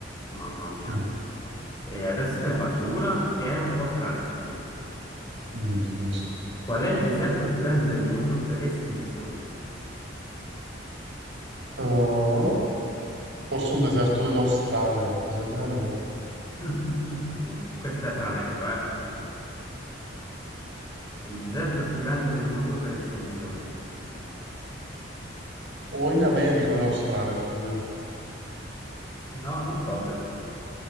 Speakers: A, on the left; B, on the right.
A: Mamma mia.
B: Mm,
A: E adesso te ne faccio una che è un po' tranello.
B: dici, dici.
A: Qual è il deserto più grande del mondo per estensione?
B: Uh, forse un deserto dell'Australia, qualcosa del genere.
A: <laughs> Questo è tranello, eh? Il deserto più grande del mondo per estensione.
B: O in America o in Australia, secondo me.
A: No, non proprio.